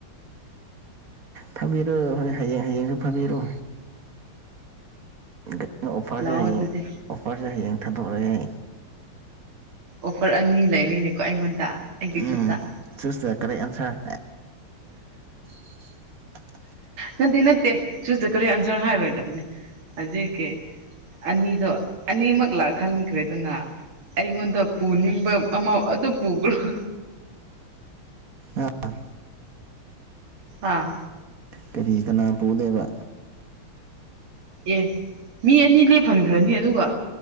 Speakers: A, on the right (about 45°); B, on the right (about 70°).
A: ꯐꯕꯤꯔꯣ ꯐꯕꯤꯔꯣ ꯍꯌꯦꯡ ꯍꯌꯦꯡ ꯍꯦꯛ ꯐꯥꯕꯤꯔꯣ ꯑꯩꯅ ꯑꯣꯐꯔꯁꯦ
B: ꯂꯥꯛꯑꯣ
A: ꯍꯌꯦꯡ
B: ꯑꯗꯨꯗꯤ
A: ꯑꯣꯐꯔꯁꯦ ꯍꯌꯦꯡ ꯊꯥꯗꯣꯛ ꯑꯦ
B: ꯑꯣꯐꯔ ꯑꯅꯤ ꯂꯩꯔꯤꯅꯦꯀꯣ ꯑꯩꯉꯣꯟꯗ ꯑꯩꯒꯤ
A: ꯎꯝ
B: ꯈꯨꯠꯇ
A: ꯆꯨꯁꯇ ꯀꯔꯦꯛ ꯑꯟꯁꯔ <inaudible>
B: ꯅꯠꯇꯦ ꯅꯠꯇꯦ ꯆꯨꯁꯗ ꯀꯔꯦꯛ ꯑꯟꯁꯔ ꯍꯥꯏꯔꯣꯏꯗꯕꯅꯦ ꯍꯧꯖꯤꯛꯀꯤ ꯑꯅꯤꯗꯣ ꯑꯅꯤꯃꯛ ꯂꯥꯛ ꯍꯟꯈ꯭ꯔꯦꯗꯅ ꯑꯩꯉꯣꯟꯗ ꯄꯨꯅꯤꯡꯕ ꯑꯃ ꯑꯗꯨꯝ ꯄꯨꯈ꯭ꯔꯣ
A: ꯑꯥ
B: ꯑꯥ
A: ꯀꯔꯤ ꯀꯅꯥ ꯄꯨꯅꯤꯕ
B: ꯑꯦ ꯃꯤ ꯑꯅꯤ ꯂꯦꯞꯍꯟꯈ꯭ꯔꯅꯤ ꯑꯗꯨꯒ